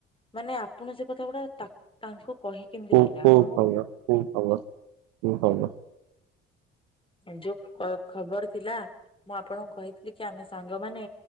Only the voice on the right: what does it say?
କୋଉ
କୋଉ
ଖବର
କୋଉ ଖବର କୋଉ ଖବର।